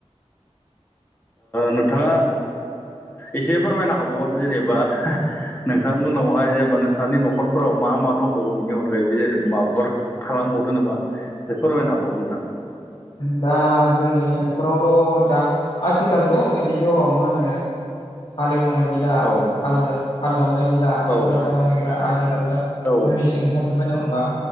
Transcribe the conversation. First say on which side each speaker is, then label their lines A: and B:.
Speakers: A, on the left; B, on the left.
A: नोंथाङा एसे फोरमायनो हाबावगोन जेनेबा नोंथांमोनावहाय जेनेबा नोंसनि नखरफोराव मा मा दंबावो बिनि अनगायैबो जेने माबाफोर थालांबावदो नामा बे फोरमायनो हाबावगोन नोंथां
B: दा जोंनि न'खरावथ' दा आथिखालथ' बिदिथ' मा होनो हाल एवनाय गैला
A: औ
B: खााल जावनाय गैला
A: औ
B: फटाल जावनाय गैला आजिखालिथ'
A: औ
B: सब मेसिं हारजोबबाय नङा होम्बा